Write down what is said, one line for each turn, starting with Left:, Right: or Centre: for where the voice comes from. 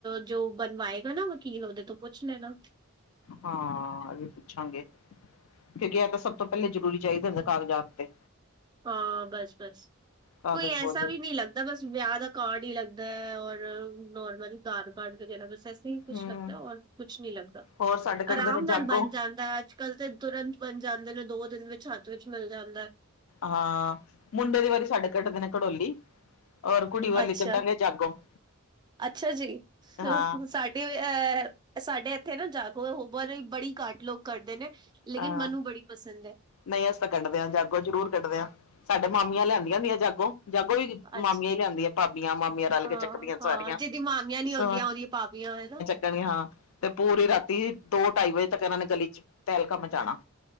Right: ਜੋ ਬਣਵਾਏਗਾ ਨਾ ਵਕੀਲ ਉਹਦੇ ਤੋਂ ਪੁੱਛ ਲੈਣਾ।
Left: ਹਾਂ, ਇਹ ਵੀ ਪੁੱਛਾਂਗੇ। ਕਿਉਂਕਿ ਇਹ ਤਾਂ ਸਭ ਤੋਂ ਪਹਿਲੇ ਜ਼ਰੂ ਚਾਹੀਦੇ ਹੁੰਦੇ ਕਾਗਜਾਤ ਤੇ।
Right: ਹਾਂ, ਬਸ-ਬਸ
Left: ਕਾਗਜ਼
Right: ਕੋਈ ਐਸਾ
Left: ਪੋਜੇ
Right: ਵੀ ਨਹੀਂ ਲੱਗ ਬਸ ਵਿਆਹ ਦਾ ਕਾਰਡ ਹੀ ਲੱਗਦਾ ਔਰ ਨੋਰਮਲ ਆਧਾਰ ਕਾਰਡ ਵਗੈਰਾ ਬਸ ਇਸ ਇਹੀ ਕੁੱਛ
Left: ਹਮ
Right: ਲੱਗਦਾ ਔਰ ਕੁਛ ਨੀ ਲੱਗਦਾ,
Left: ਹੋਰ ਸਾਡੇ ਕੱਢਦੇ
Right: ਆਰਾਮ
Left: ਨੇ
Right: ਨਾਲ
Left: ਜਾਗੋ
Right: ਬਣ ਜਾਂਦਾ ਅੱਜ ਕੱਲ ਤੇ ਤੁਰੰਤ ਬਣ ਜਾਂਦੇ ਨੇ ਦੋ ਦਿਨ ਵਿੱਚ ਹੱਥ ਵਿੱਚ ਮਿਲ ਜਾਂਦਾ।
Left: ਹਾਂ, ਮੁੰਡੇ ਦੀ ਵਾਰੀ ਸਾਡੇ ਕੱਢਦੇ ਨੇ ਘਟੋਲੀ ਔਰ ਕੁੜੀ ਵਾਲੇ
Right: ਅੱਛਾ
Left: ਕੱਢਾਂਗੇ ਜਾਗੋ
Right: ਅੱਛਾ ਜੀ,
Left: ਹਾਂ
Right: ਸਾਡੀ ਅ ਸਾਡੇ ਇੱਥੇ ਨਾ ਜਾਗੋ ਬੜੀ ਘਟ ਲੋਕ ਕਰਦੇ ਨੇ ਲੇਕਿਨ
Left: ਹਾਂ
Right: ਮੈਨੂੰ ਬੜੀ ਪਸੰਦ ਹੈ।
Left: ਨਹੀਂ, ਅਸੀ ਤਾਂ ਕੱਢਦੇ ਹਾਂ ਜਾਗੋ ਜ਼ਰੂਰ ਕੱਢਦੇ ਹਾਂ, ਸਾਡੇ ਮਾਮੀਆਂ ਲਿਆਂਦੀਆਂ ਹੁੰਦੀਆਂ ਜਾਗੋ। ਜਾਗੋ ਈ
Right: ਅੱਛਾ
Left: ਮਾਮੀਆਂ ਹੀ ਲਿਆਂਦੀਆਂ ਭਾਬੀਆਂ, ਮਾਮੀਆਂ ਰਲ
Right: ਹਾਂ
Left: ਕੇ ਚੱਕਦੀਆਂ
Right: ਹਾਂ
Left: ਸਾਰੀਆਂ
Right: ਜਿਹਦੀ ਮਾਮੀਆਂ ਨਹੀਂ
Left: ਸ
Right: ਹੁੰਦੀਆਂ ਉਹਦੀ ਭਾਬੀਆਂ ਹੈਨਾ
Left: ਕਹਿਣੀ ਹਾਂ, ਤੇ ਪੂਰੀ ਰਾਤੀ ਦੋ ਢਾਈ ਵਜੇ ਤੱਕ ਇਹਨਾਂ ਨੇ ਗਲੀ ਚ ਤਹਿਲਕਾ ਮਚਾਉਣਾ।